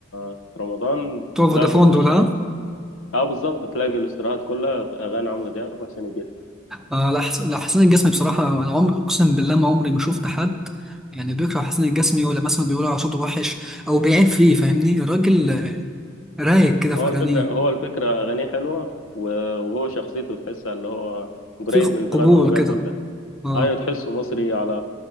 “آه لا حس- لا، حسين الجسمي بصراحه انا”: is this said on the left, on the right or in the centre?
Centre